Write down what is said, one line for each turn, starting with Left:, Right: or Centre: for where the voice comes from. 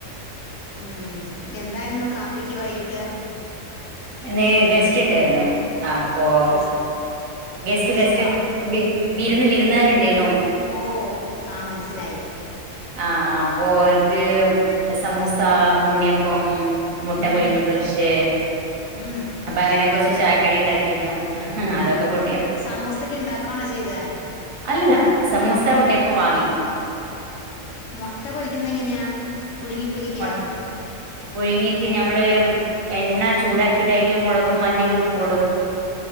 Left: ഉം എന്തായിരുന്നു കാപ്പിക്ക് വൈകിട്ട്
Right: ഇന്ന് ഗസ്റ്റ് ഉണ്ടായിരുന്നു അപ്പൊ
Left: റസ്
Right: ഗസ്റ്റ്
Left: റസ്കോ
Right: ഗസ്റ്റ് വി വിരുന്ന് വിരുന്നാരുണ്ടാനു
Left: ഓ ആഹ് മനസ്സിലായി
Right: ആഹ് അപ്പൊ ഓർക്ക് സമുസ ഉണ്ണിയപ്പം മുട്ട
Left: ഉം
Right: പുഴുങ്ങി പൊരിച്ച്
Left: ഉം
Right: അപ്പൊ അങ്ങനെ കുറച്ച് ചായക്കടി ഉണ്ടാക്കിയിരുന്നു ആഹ് അതൊക്കെ കൊ
Left: സമൂസക്ക്‌ ഉണ്ടാക്കാണോ ചെയ്തെ
Right: അല്ല അല്ല സമൂസ ഉള്ളിയപം വാങ്ങി
Left: മുട്ട പൊരിക്കുന്ന എങ്ങനെയാ പുഴുങ്ങി പൊരിക്കുക
Right: മു പുഴുങ്ങിട്ട് ഞമ്മള് എണ്ണ ചൂടാക്കിട്ട് അയില് മുളകും മഞ്ഞളും ഉപ്പു ഇടും